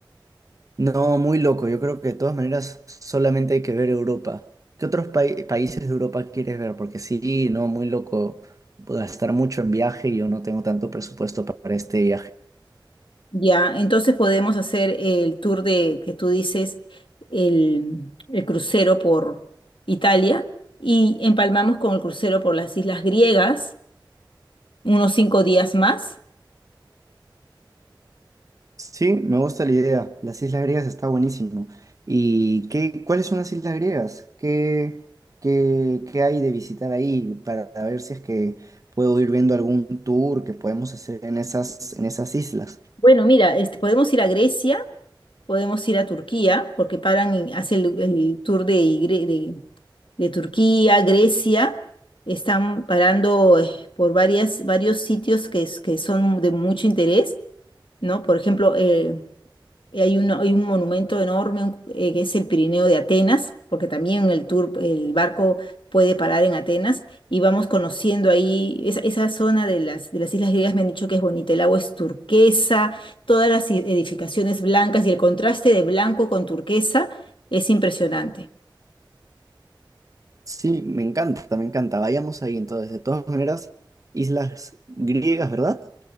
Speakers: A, on the right; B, on the left.
A: No, muy loco. Yo creo que de todas maneras solamente hay que ver Europa. ¿Qué otros pai- países de Europa quieres ver? Porque sí, no, muy loco. Gastar mucho en viaje y yo no tengo tanto presupuesto para este viaje.
B: Ya, entonces podemos hacer el tour de que tú dices, el, el crucero por Italia y empalmamos con el crucero por las islas griegas, unos cinco días más.
A: Sí, me gusta la idea. Las islas griegas está buenísimo. ¿Y qué, cuáles son las islas griegas? ¿Qué, qué, qué hay de visitar ahí para ver si es que puedo ir viendo algún tour que podemos hacer en esas, en esas islas?
B: Bueno, mira, este, podemos ir a Grecia, podemos ir a Turquía, porque paran y hacen el, el tour de, Gre- de, de Turquía, Grecia, están parando eh, por varias, varios sitios que, es- que son de mucho interés, ¿no? Por ejemplo, eh, Eh, Hay un, hay un monumento enorme un- eh, que es el Pirineo de Atenas, porque también el tour, el barco puede parar en Atenas y vamos conociendo ahí esa, esa zona de las, de las islas griegas. Me han dicho que es bonita, el agua es turquesa, todas las i- edificaciones blancas y el contraste de blanco con turquesa es impresionante.
A: Sí, me encanta, me encanta. Vayamos ahí entonces. De todas maneras, islas griegas, ¿verdad?